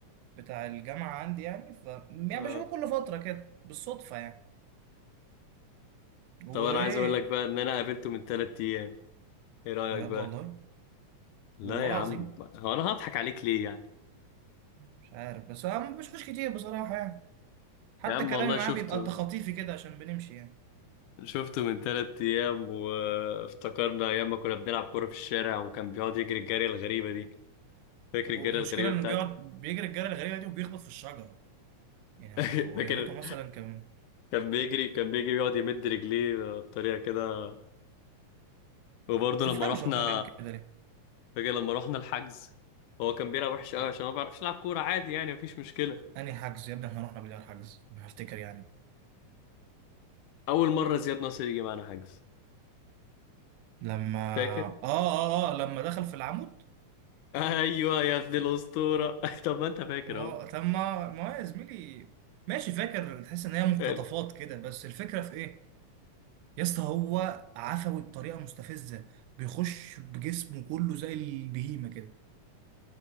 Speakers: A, on the right; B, on the left.
A: بتاع الجامعة عندي يعني ف يعني
B: اه
A: بشوفه كل فترة كده بالصدفة يعني وايه
B: طب انا عايز اقول لك بقى ان انا قابلته من ثلاث ايام ايه رأيك
A: بجد
B: بقى
A: والله
B: لا
A: والله
B: يا
A: العظيم
B: عم هو انا هضحك عليك ليه يعني
A: مش عارف بس هو ما بشوفوش كتير بصراحة يعني حتى
B: يا عم
A: كلامي
B: والله
A: معاه
B: شفته
A: بيبقى تخاطيفي كده عشان بنمشي يعني
B: شفته من تلات أيام وافتكرنا أيام ما كنا بنلعب كورة في الشارع وكان بيقعد يجري الجري الغريبة دي فاكر
A: المشكلة
B: الجري الغريبة
A: انه
B: بتاعته؟
A: بيقعد بيجري الجري الغريبة دي وبيخبط في الشجرة يعني هو
B: <laughs>
A: هو
B: فاكر
A: يا ريته مثلا كان
B: كان بيجري كان بيجري يقعد يمد رجليه بطريقة كده وبرضه
A: ما تفهمش
B: لما رحنا
A: هو كان بيعمل كده ليه
B: فاكر لما رحنا الحجز هو كان بيلعب وحش أوي
A: أ-
B: عشان ما بيعرفش يلعب كورة عادي يعني مفيش مشكلة
A: انهي حجز يا ابني احنا رحنا بالله حجز انا هفتكر يعني
B: أول مرة زياد ناصر يجي معانا حجز
A: لما
B: فاكر؟
A: اه اه اه لما دخل في العمود
B: <laughs> أيوه يا ابن الأسطورة <laughs> طب ما أنت فاكر
A: هو
B: أهو
A: تم ما ما هو يا زميلي ماشي فاكر تحس ان هي مقتطفات
B: <laughs>
A: كده بس الفكرة في ايه يا اسطى هو عفوي بطريقة مستفزة بيخش بجسمه كله زي البهيمة كده